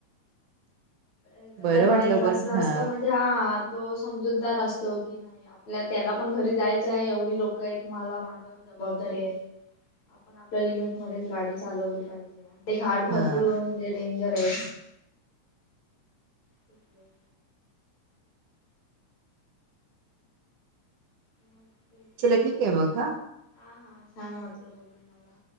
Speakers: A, on the left; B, on the right.
A: एखादा
B: बरं
A: ड्रायव्हर
B: वाटलं पण
A: असं
B: हा
A: असत म्हणजे हा तो समजूतदार असतो की <inaudible> नाही आपल्या त्याला पण घरी जायचं आहे. एवढी लोकं आहेत मला माझ्यावर जबाबदारी आहे. आपण आपल्या लिमिटमध्येध्येच गाडी चालवली पाहिजे आणि ते घाट भरपूर
B: हा.
A: म्हणजे डेंजर आहे. शक्र <inaudible> <inaudible> ओके.
B: चला ठीक आहे मग हा.
A: हा हा छान होटलं बोलून मला